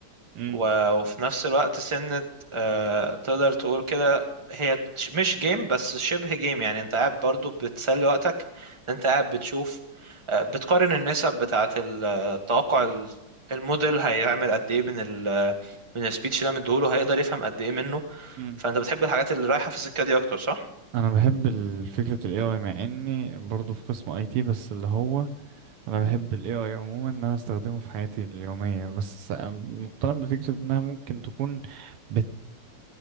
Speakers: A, on the right (about 90°); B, on the right (about 15°).
A: امم
B: و- وفي نفس الوقت سنة آه، تقدر تقول كده هي تش- مش جيم بس شبه جيم يعني انت قاعد برضو بتسلي وقتك انت قاعد بتشوف آه، بتقارن النسب بتاعة التوقع ال- الموديل هيعمل قد ايه من ال من السبيتش اللي انا مديهوله هيقدر يفهم قد ايه منه
A: امم
B: فانت بتحب الحاجات اللي رايحة في السكة دي اكتر صح؟
A: انا بحب ال- فكره ال AI مع اني برضو في قسم IT بس اللي هو انا بحب ال AI عموما ان انا استخدمه في حياتي اليوميه بس مقتنع بفكره انها ممكن تكون بت